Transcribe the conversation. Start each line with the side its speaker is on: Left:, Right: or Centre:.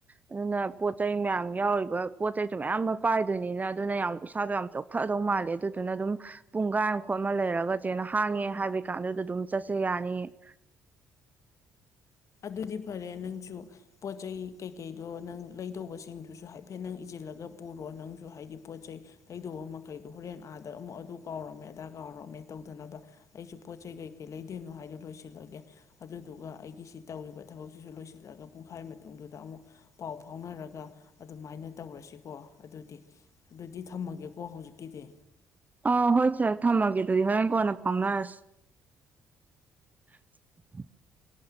Right: ꯑꯗꯨꯅ ꯄꯣꯠ ꯆꯩꯩ ꯃꯌꯥꯝ ꯌꯥꯎꯔꯤꯕ ꯄꯣꯠ ꯆꯩꯗꯣ ꯃꯌꯥꯝ ꯑꯃ ꯄꯥꯏꯗꯣꯏꯅꯤꯅ ꯑꯗꯨꯅ ꯌꯥꯝ ꯏꯁꯩꯥꯗꯣ ꯌꯥꯝ ꯆꯣꯛꯊꯗꯧ ꯃꯥꯜꯂꯦ ꯑꯗꯨꯗꯨꯅ ꯑꯗꯨꯝ ꯄꯨꯡꯒꯥꯏ ꯑꯃ ꯈꯣꯠ ꯑꯃ ꯂꯩꯔꯒ ꯆꯦꯅ ꯍꯥꯡꯉꯦ ꯍꯥꯏꯕꯩ ꯀꯥꯟꯗꯨꯗ ꯑꯗꯨꯝ ꯆꯠꯁꯦ ꯌꯥꯅꯤꯌꯦ
Left: ꯑꯗꯨꯗꯤ ꯐꯔꯦ ꯅꯪꯁꯨ ꯄꯣꯠ ꯆꯩ ꯀꯩꯀꯩꯗꯣ ꯅꯪ ꯂꯩꯗꯧꯕꯁꯤꯡꯗꯨꯁꯨ ꯍꯥꯏꯐꯦꯠ ꯅꯪ ꯏꯖꯤꯜꯂꯒ ꯄꯨꯔꯣ ꯅꯪꯁꯨ ꯍꯥꯏꯗꯤ ꯄꯣꯠ ꯆꯩꯩ ꯂꯩꯗꯧꯕ ꯃꯈꯩꯗꯣ ꯍꯣꯔꯦꯟ ꯑꯥꯗ ꯑꯃꯨꯛ ꯑꯗꯨ ꯀꯥꯎꯔꯝꯃꯦ ꯑꯗꯥ ꯀꯥꯎꯔꯝꯃꯦ ꯇꯧꯗꯅꯕ ꯑꯩꯁꯨ ꯄꯣꯠ ꯆꯩ ꯀꯩꯀꯩ ꯂꯩꯗꯣꯏꯅꯣ ꯍꯥꯏꯗꯣ ꯂꯣꯏꯁꯤꯜꯂꯒꯦ ꯑꯗꯨꯗꯨꯒ ꯑꯩꯒꯤꯁꯨ ꯇꯧꯔꯤꯕ ꯊꯕꯛꯁꯤꯁꯨ ꯂꯣꯏꯁꯤꯜꯂꯒ ꯄꯨꯡꯈꯥꯏ ꯃꯇꯨꯡꯗꯨꯗ ꯑꯃꯨꯛ ꯄꯥꯎ ꯐꯥꯎꯅꯔꯒ ꯑꯗꯨꯃꯥꯏꯅ ꯇꯧꯔꯁꯤꯀꯣ ꯑꯗꯨꯗꯤ ꯑꯗꯨꯗꯤ ꯊꯝꯃꯒꯦꯀꯣ ꯍꯧꯖꯤꯛꯀꯤꯗꯤ
Right: ꯑꯥ ꯍꯣꯏ ꯁꯔ ꯊꯝꯃꯒꯦ ꯑꯗꯨꯗꯤ ꯍꯣꯔꯦꯟ ꯀꯣꯟꯅ ꯐꯥꯎꯅꯔꯁꯤ <inaudible>